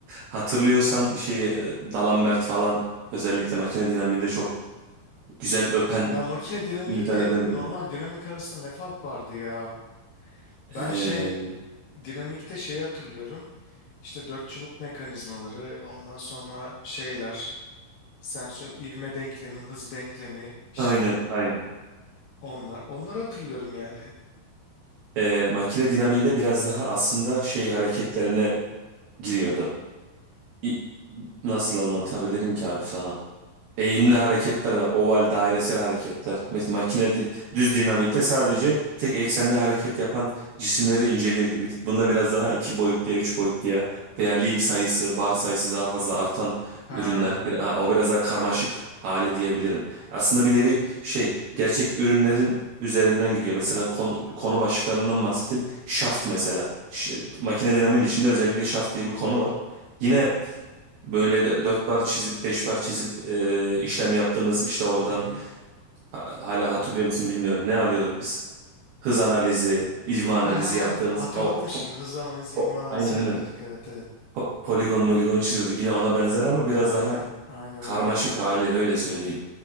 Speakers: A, on the right; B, on the left.
A: Hatırlıyorsan şeyi e, D'Alembert falan özellikle makine dinamiğinde çok güzel öpen
B: Ya makine dinamiğiyle
A: ünitelerden
B: normal
A: biriydi.
B: dinamik arasında ne fark vardı ya? Ben
A: Ee,
B: şey Dinamikte şeyi hatırlıyorum. İşte dört çubuk mekanizmaları, ondan sonra şeyler, sensör ivme denklemi, hız denklemi, işte
A: aynen aynen.
B: onlar. Onları hatırlıyorum yani.
A: Ee, makine dinamiğinde biraz daha aslında şey hareketlerine giriyordu. İ- Nasıl anlatabilirim ki abi sana? Eğimli hareketler var. Oval dairesel hareketler. Mesela makine di- düz dinamikte sadece tek eksende hareket yapan cisimleri inceliyor gibiydik. Bunda biraz daha iki boyutluya, üç boyutluya veya link sayısı, bar sayısı daha fazla artan
B: Ha.
A: ürünler. Bir- ha, o biraz daha karmaşık hali diyebilirim. Aslında bir nevi şey, gerçek ürünlerin üzerinden gidiyor. Mesela kon- konu başlıklarından bahsettim. Şaft mesela. Ş- makine dinamiğin içinde özellikle şaft diye bir konu var. Yine Böyle de dört bar çizip beş bar çizip e, işlem yaptığımız işte oradan
B: Hı hı.
A: ha- hala hatırlıyor musun bilmiyorum. Ne alıyorduk biz? Hız analizi, ivme analizi
B: Ha ha
A: yaptığımız
B: ha. Hatırladım
A: o
B: şimdi.
A: po-
B: Hız analizi,
A: po-
B: ivme analizi
A: aynen
B: yapıyorduk.
A: aynen
B: Evet evet.
A: Po- poligon moligon çiziyorduk. Yine ona benzer ama biraz
B: Aynen.
A: daha
B: Aynen
A: karmaşık
B: aynen.
A: hali öyle söyleyeyim.